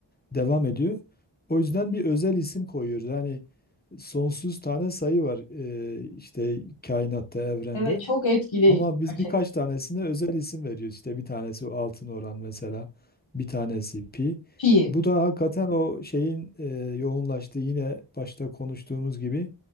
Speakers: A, on the left; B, on the left.
A: devam ediyor. O yüzden bir özel isim koyuyoruz. Yani sonsuz tane sayı var e, işte kainatta, evrende.
B: Evet, çok etkileyici
A: Ama biz
B: gerçekten.
A: birkaç tanesine özel isim veriyoruz. İşte bir tanesi altın oran mesela, bir tanesi pi.
B: Pi.
A: Bu da hakikaten o şeyin e, yoğunlaştığı yine başta konuştuğumuz gibi